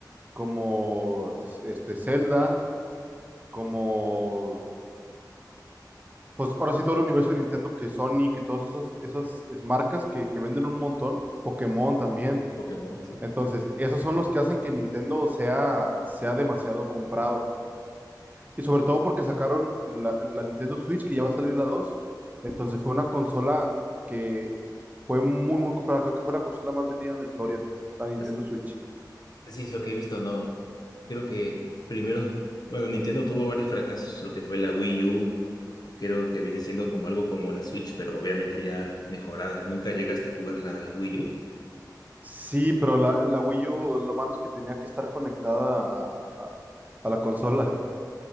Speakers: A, on the right (about 20°); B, on the left (about 60°).
A: como es- este Zelda, como pues ahora sí todo el universo de Nintendo, que Sonic y todas esas, esas es- marcas que, que venden un montón, Pokémon también.
B: Pokémon, sí.
A: Entonces, esos son los que hacen que Nintendo sea, sea demasiado comprado. Y sobre todo porque sacaron la, la Nintendo Switch, que ya va a salir la dos Entonces fue una consola que fue muy, muy comprada. Creo que fue la consola más vendida en la historia, la Nintendo
B: As-
A: Switch.
B: Así es lo que he visto, ¿no? Creo que primero, bueno, Nintendo tuvo varios fracasos, lo que fue la Wii U, creo que viene siendo como algo como la Switch, pero obviamente ya mejorada. ¿Nunca llegaste a jugar la Wii U?
A: Sí, pero la, la Wii U, lo malo es que tenía que estar conectada a, a- a la consola.